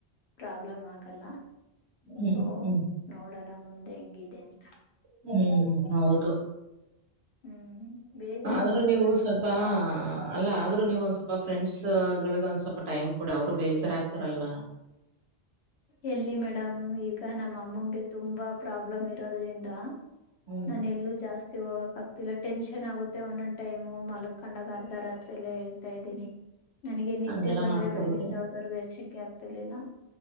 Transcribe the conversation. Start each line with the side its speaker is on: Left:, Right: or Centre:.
Left: ಪ್ರಾಬ್ಲಮ್ ಆಗಲ್ಲ
Right: ಹ್ಮ್
Left: ಸೊ
Right: ಹ್ಮ್
Left: ನೋಡೋಣ ಮುಂದೆ ಹೆಂಗಿದೆ ಅಂತ
Right: ಹ್ಮ್ ಹೌದು
Left: ಹ್ಮ್ ಬೇಜಾರಾಗುತ್ತೆ
Right: ಆದ್ರೂ ನೀವು
Left: ಮೇಡಮ್
Right: ಸ್ವಲ್ಪ ಅಲ್ಲ ಆದ್ರೂ ನೀವು ಒಂದ್ ಸ್ವಲ್ಪ ಫ್ರೆಂಡ್ಸ್ ಗಳಗ ಒಂದ್ ಸ್ವಲ್ಪ ಟೈಮ್ ಕೊಡಿ ಅವರು ಬೇಜಾರಾಗಗ್ತಾರಲ್ವಾ
Left: ಎಲ್ಲಿ ಮೇಡಮ್ ಈಗ ನಮ್ಮ ಅಮ್ಮನ್ಗೆ ತುಂಬಾ ಪ್ರಾಬ್ಲಮ್ ಇರೋದ್ರಿಂದ
Right: ಹ್ಮ್
Left: ನಾನ ಎಲ್ಲೂ ಜಾಸ್ತಿ ಹೋಗಕ್ ಆಗ್ತಿಲ್ಲ ಟೆನ್ಷನ್ ಆಗುತ್ತೆ ಒಂದೊ್ ಟೈಮು ಮಲಕೊಂಡಾಗ ಅರ್ಧ ರಾತ್ರಿಯಲ್ಲೇ ಹೇಳ್ತಾ ಇದ್ದೀನಿ ನನಗೆ ನಿದ್ದೆ
Right: ಹಂಗೆಲ್ಲಾ
Left: ಬಂದ್ರೆ
Right: ಮಾಡ್ಕೋಬೇಡಿ
Left: ಬೆಳಗಿನ ಜಾವದವರ್ಗೂ ಎಚ್ಚರಿಕೆ ಆಗ್ತಿರ್ಲಿಲ್ಲ